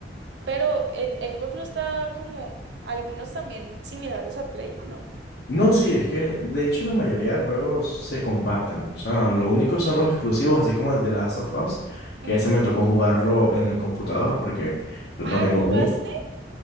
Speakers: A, on the right; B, on the left.
A: pero en Xbox no está como algunos también similares a Play, ¿o no?
B: No, sí, es que de hecho la mayoría de juegos se comparten. O sea, lo único son los exclusivos, así como el de Last of Us, que
A: Ah,
B: ese me tocó jugarlo en el computador porque pues,
A: Ah,
B: no tengo
A: ¿lo jugaste?
B: Play.